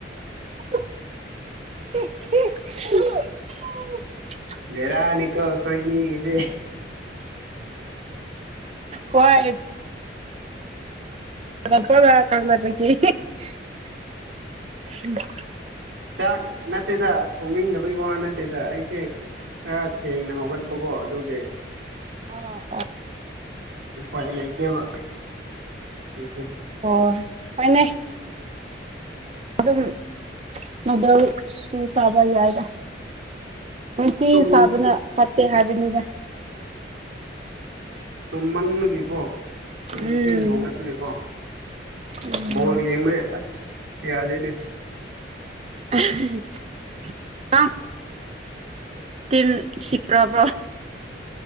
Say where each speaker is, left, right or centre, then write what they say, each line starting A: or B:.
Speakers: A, on the right; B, on the right.
A: <unintelligible>
B: ꯕꯦꯔꯥꯅꯤꯀꯣ ꯑꯩꯈꯣꯏ ꯑꯅꯤꯒꯤꯁꯦ
A: ꯍꯣꯏ <unintelligible> <unintelligible>
B: ꯆꯥꯛ ꯅꯠꯇꯦꯗ ꯊꯣꯡꯅꯤꯡꯗꯕꯒꯤ ꯋꯥ ꯅꯠ ꯇꯦꯗ ꯑꯩꯁꯦ ꯈꯔ ꯊꯦꯡꯅ ꯍꯧꯒꯠꯄꯀꯣ ꯑꯗꯨꯒꯤ
A: ꯑꯣ ꯑꯣ
B: ꯎꯄꯥꯏ ꯂꯩꯇꯦꯕ ꯑꯗꯨ
A: ꯑꯣ ꯍꯣꯏꯅꯦ ꯑꯗꯨꯝ ꯃꯗꯨ ꯁꯥꯕ ꯌꯥꯏꯗ ꯇꯤ
B: ꯇꯨꯝ
A: ꯁꯥꯕꯅ ꯐꯠꯇꯦ ꯍꯥꯏꯕꯤꯅꯤꯅꯦ
B: ꯇꯨꯝꯃꯟꯕꯒꯤꯦꯀꯣ ꯑꯗꯨꯗꯤ
A: ꯎꯝ
B: ꯊꯦꯡꯅ ꯍꯧꯒꯠꯄꯒꯤꯀꯣ
A: ꯎꯝ
B: ꯣ ꯃ ꯑꯁ ꯌꯥꯗꯦꯅꯦ
A: <unintelligible> ꯄ ꯇꯝ ꯁꯤꯄ꯭ꯔꯕ